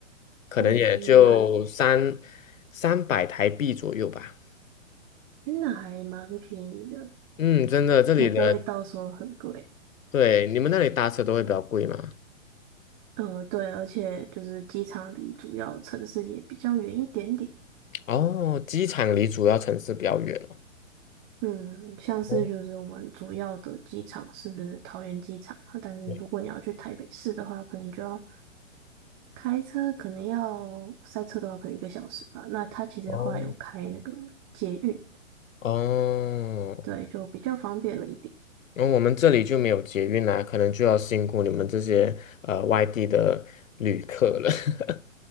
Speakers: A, on the left (about 90°); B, on the right (about 25°).
A: 可能也就三
B: 哦，原来，
A: 三百台币左右吧。
B: 那还蛮便宜的，
A: 嗯，真的，这里的，
B: 就不会到时候很贵。
A: 对，你们那里搭车都会比较贵吗？
B: 呃，对，而且就是机场离主要城市也比较远一点点。
A: 哦，机场离主要城市比较远哦。
B: 嗯，像是就是我们主要的机场是桃园机场啊，
A: 哦
B: 但是如果你要去台北市的话，
A: 对
B: 可能就要开车，可能要塞车的话，可能一个小时吧。那它其实后来有开那个捷运，
A: 哦哦，
B: 对，就比较方便了一点。
A: 然后我们这里就没有捷运啦，可能就要辛苦你们这些呃外地的旅客了。<laughs>